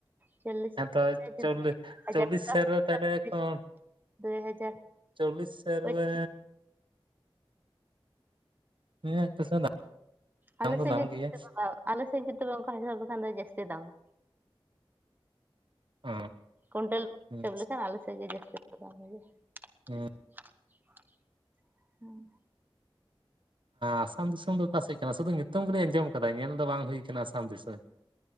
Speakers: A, on the right; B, on the right.
A: ᱪᱚᱞᱞᱤᱥ
B: ᱦᱮᱸᱛᱚ
A: ᱴᱟᱠᱟ
B: ᱪᱚᱞᱞᱤᱥ
A: ᱠᱟᱛᱮᱜᱮ ᱡᱚᱫᱤ ᱦᱟᱡᱟᱨ
B: ᱪᱚᱞᱞᱤᱥ
A: ᱴᱟᱠᱟ
B: ᱥᱮᱨ
A: ᱦᱩᱭ
B: ᱨᱮ
A: ᱞᱮᱱᱠᱷᱟᱱ
B: ᱛᱟᱦᱚᱞᱮ
A: <unintelligible>
B: ᱠᱚ
A: ᱫᱩᱭ ᱦᱟᱡᱟᱨ
B: ᱪᱚᱞᱞᱤᱥ ᱥᱮᱨ
A: ᱯᱟᱪᱤᱥ
B: ᱨᱮ <unintelligible>
A: ᱟᱞᱮ
B: ᱫᱟᱢ ᱫᱚ
A: ᱥᱮᱫ
B: ᱫᱟᱢ
A: ᱜᱮ ᱡᱟᱹᱛᱤ
B: ᱜᱮᱭᱟ
A: ᱟᱞᱮ ᱥᱮᱫ ᱜᱮ ᱛᱮ ᱚᱱᱠᱟ ᱦᱤᱥᱟᱹᱵ ᱞᱮᱠᱷᱟᱱ ᱫᱚ ᱡᱟᱹᱥᱛᱤ ᱫᱟᱢᱟ᱾
B: ᱦᱮᱸ
A: ᱠᱩᱭᱱᱴᱮᱞ ᱠᱚ ᱦᱤᱥᱟᱹᱵ
B: ᱦᱮᱸ
A: ᱞᱮᱠᱷᱟᱱ ᱟᱞᱮ ᱥᱮᱫ ᱜᱮ ᱡᱟᱹᱥᱛᱤ ᱫᱟᱢ ᱦᱩᱭᱩᱜᱼᱟ᱾
B: ᱦᱮᱸ
A: <inaudible>
B: ᱟᱥᱟᱢ ᱫᱤᱥᱚᱢ ᱫᱚ ᱚᱠᱟ ᱥᱮᱫ ᱠᱟᱱᱟ? ᱥᱩᱫᱩ ᱧᱩᱛᱩᱢ ᱜᱮᱞᱤᱧ ᱟᱸᱡᱚᱢ ᱟᱠᱟᱫᱟ ᱧᱮᱞ ᱫᱚ ᱵᱟᱝ ᱦᱩᱭ ᱟᱠᱟᱱᱟ ᱟᱥᱟᱢ ᱫᱤᱥᱚᱢ᱾